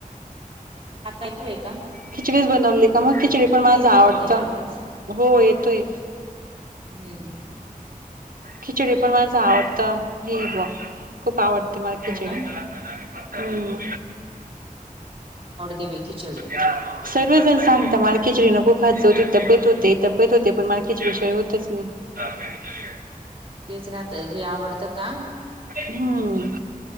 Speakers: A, on the right (about 40°); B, on the right (about 70°).
A: आता येतोय का?
B: खिचडीच बनवली का मग खिचडी पण माझ
A: आता येतोय
B: आवडत
A: का ताई आवाज
B: हो येतोय.
A: हम्म.
B: खिचडी पण माझ आवडत हे खूप आवड ते मला
A: हो
B: खिचडी
A: ना हम्म
B: हम्म.
A: दे बाई खिचडी.
B: हं <unintelligible> सर्वजण सांगता मला खिचडी नको खात जाऊ तुझी तब्येत होती तब्येत होते तब्येत होते पण माल खिचडी शीवाय होतच नाही. तारपय का <unintelligible>
A: तेच राहत जे आवडत का
B: हम्म.